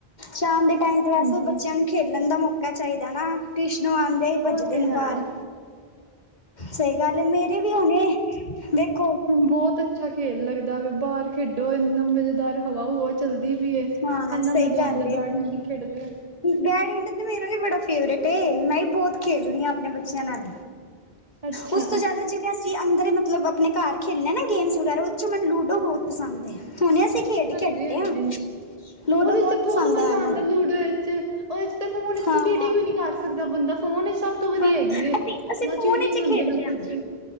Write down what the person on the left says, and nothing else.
ਸ਼ਾਮ ਦੇ ਟਾਈਮ
ਤੇ ਵੈਸੇ ਵੀ ਬੱਚੇਆਂ ਨੂੰ ਖੇਲਨ ਦਾ ਮੌਕਾ ਚਾਹੀਦਾ ਨਾ ਟਿਊਸ਼ਨੋ ਆਂਦੇ ਈ
ਭੱਜਦੇ
ਨੇ
ਬਾਹਰ। ਸਹੀ ਗੱਲ ਏ ਮੇਰੇ ਵੀ ਹੁਨੇ ਦੇਖੋ
ਹਾਂ
ਸਹੀ
ਗੱਲ
ਏ
ਬੈਡਮਿੰਟਨ ਤੇ ਮੇਰਾ ਵੀ ਬੜਾ ਫੇਵਰੇਟ ਏ ਮੈਂ ਵੀ ਬੋਤ ਖੇਲਦੀ ਆ ਆਪਣੇ ਬੱਚਿਆਂ ਨਾਲ਼।
ਉਸ ਤੋਂ ਜੈਦਾ ਜਿਵੇਂ ਅੱਜ ਚੀ ਅੰਦਰ ਮਤਲਬ ਅਪਨੇ ਘਰ ਖੇਲਨਾ ਨਾ ਗੇਮਸ ਵਗੈਰਾ ਉਹਦੇ ਚੋਂ ਮੈਨੂੰ ਲੂਡੋ ਬੋਤ ਪਸੰਦ ਏ ਹੁਨੇ ਅਸੀਂ ਖੇਡ
ਕੇ ਹਟੇ
ਆ। ਲੂਡੋ
ਬਹੁਤ
ਪਸੰਦ
ਹੈ ਮੈਨੂੰ
ਹਾਂ।
ਹਾਂ
ਅਸੀਂ ਅਸੀਂ
ਫੋਨ
ਇਚ
ਖੇਡਦੇ
ਹਾਂ